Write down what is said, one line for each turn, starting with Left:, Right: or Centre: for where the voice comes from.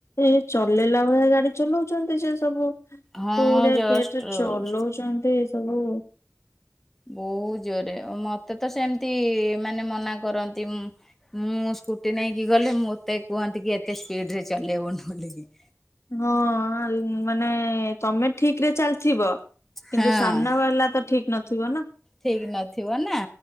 Left: ଏ ଚଲେଇଲା ଭଳିଆ ଗାଡି ଚଲଉଛନ୍ତି ସେ ସବୁ କୋଉ
Centre: ହଁ
Left: ଭଳିଆ
Centre: ଜଷ୍ଟ
Left: ରେଟେର ଚଲଉଛନ୍ତି। ସବୁ।
Centre: ବହୁତ ଜୋରେ ମତେ ତ ସେମିତି ମାନେ ମନା କରନ୍ତି ମୁ ମୁଁ ସ୍କୁଟି ନେଇକି ଗଲେ ମୋତେ କୁହନ୍ତି କି ଏତେ ସ୍ପିଡ ରେ ଚଲେଇବୁନି ବୋଲିକି।
Left: ହଁ ଆଲ୍ ମାନେ ତମେ ଠିକରେ ଚାଲିଥିବ କିନ୍ତୁ
Centre: ହଁ
Left: ସାମ୍ନା ବାଲା ତ ଠିକ ନଥିବ ନା।
Centre: ଠିକ ନଥିବ ନା